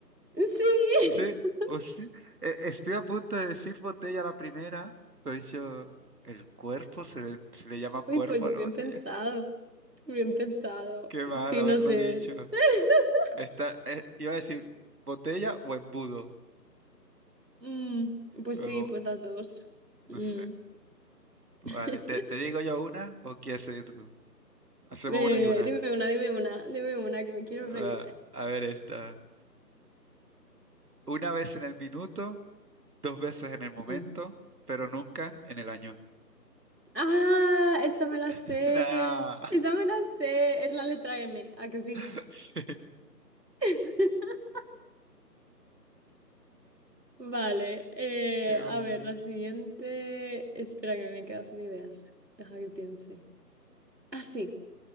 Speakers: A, on the right; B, on the right.
A: Sí.
B: Sí,
A: <laughs>
B: o sí. E- Estoy a punto de decir botella la primera, pero he dicho el cuerpo, se le, se le llama cuerpo
A: Uy, pues
B: a la
A: bien
B: botella.
A: pensado. Bien pensado.
B: <laughs> Qué mal
A: Sí,
B: haberlo
A: no sé.
B: dicho.
A: <laughs>
B: Esta, eh, iba a decir botella o embudo,
A: Mm, pues
B: pero
A: sí, pues las dos. Mm.
B: no sé. Vale,
A: <laughs>
B: ¿te, te digo yo una o quieres seguir tú? Hacemos
A: Eh,
B: una y una.
A: dime una, dime una, dime una, que me quiero
B: Va,
A: reír.
B: a ver esta. Una vez en el minuto, dos veces en el momento,
A: Mm.
B: pero nunca en el año.
A: Ah, esta me la
B: <laughs>
A: sé.
B: Nah.
A: Esa me la sé. Es la letra M. ¿A que sí?
B: <laughs> Sí,
A: <laughs> Vale. eh,
B: qué mal.
A: a ver, la siguiente. Espera que me he quedado sin ideas. Deja que piense. Ah, sí.